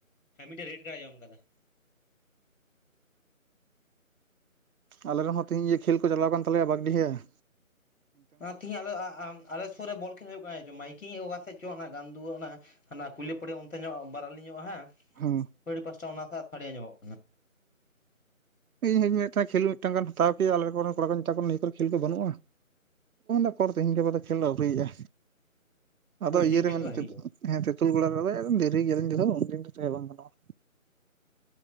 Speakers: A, on the left (about 75°); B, on the right (about 85°).
A: ᱦᱮ ᱢᱤᱫᱴᱮᱡ ᱨᱮᱰ ᱠᱟᱲᱮ ᱡᱚᱢ ᱟᱠᱟᱫᱟ
B: ᱟᱞᱮ ᱨᱮᱱ ᱦᱚᱸ ᱛᱮᱦᱮᱧ ᱤᱭᱟᱹ ᱠᱷᱮᱞ ᱠᱚ ᱪᱟᱞᱟᱣ ᱠᱟᱱ ᱛᱟᱞᱮᱭᱟ ᱵᱟᱜᱰᱤᱦᱟ ᱾
A: ᱚᱱᱟ ᱛᱤᱦᱤᱧ ᱟᱞᱮ ᱟᱞᱮ ᱥᱩᱨ ᱨᱮ ᱵᱚᱞ ᱠᱷᱮᱞ ᱦᱩᱭᱩᱜ ᱠᱟᱱᱟ ᱪᱚᱝ ᱢᱟᱭᱠᱤᱝ ᱚᱠᱟ ᱥᱮᱫ ᱪᱚ ᱚᱱᱟ ᱜᱟᱱᱫᱩᱣᱟᱹ ᱚᱱᱟ ᱦᱟᱱᱟ ᱠᱩᱭᱞᱟᱹ ᱯᱟᱦᱟᱲᱤ ᱚᱱᱛᱮ ᱧᱚᱜ ᱵᱟᱨᱟᱞᱤ ᱧᱚᱜᱼᱟ ᱦᱮᱸ
B: ᱦᱮᱸ
A: ᱟᱲᱤ ᱯᱟᱥᱴᱟ ᱚᱱᱟ ᱥᱟᱰᱤ ᱟᱸᱡᱚᱢᱚᱜ ᱠᱟᱱᱟ
B: ᱤᱧ ᱦᱚᱧ ᱢᱮᱱᱮᱫ ᱛᱟᱦᱮ ᱠᱷᱮᱞ ᱢᱤᱫᱴᱟᱝ ᱜᱟᱱ ᱦᱟᱛᱟᱣ ᱠᱮᱭᱟ ᱟᱞᱮ ᱠᱚᱨᱮᱱ ᱠᱚᱲᱟ ᱠᱚ ᱢᱮᱛᱟ ᱠᱚᱣᱟ ᱱᱤᱭᱟᱹ ᱠᱚᱨᱮ ᱠᱷᱮᱞ ᱫᱚ ᱵᱟᱹᱱᱩᱜᱼᱟ ᱚᱠᱚᱨ ᱛᱤᱦᱤᱧ ᱜᱟᱯᱟ ᱫᱚ ᱠᱷᱮᱞ ᱫᱚ ᱟᱹᱣᱨᱤᱭᱟᱜᱼᱟ ᱟᱫᱚ
A: ᱯᱳᱞᱴᱤ
B: ᱤᱭᱟᱹ
A: ᱠᱷᱮᱞ
B: ᱨᱮ
A: ᱜᱮ ᱵᱷᱟᱜᱮᱭᱟ
B: ᱛᱮᱛᱩᱞ ᱜᱚᱲᱲᱟ ᱨᱮᱫᱚ ᱫᱮᱨᱤ ᱜᱮᱭᱟ ᱩᱱ ᱫᱤᱱ ᱫᱚ ᱵᱟᱝ ᱜᱟᱱᱚᱜᱼᱟ